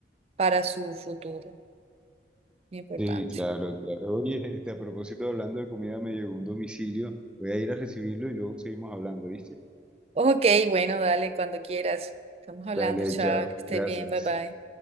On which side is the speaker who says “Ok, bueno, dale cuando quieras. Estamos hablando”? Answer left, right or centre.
Right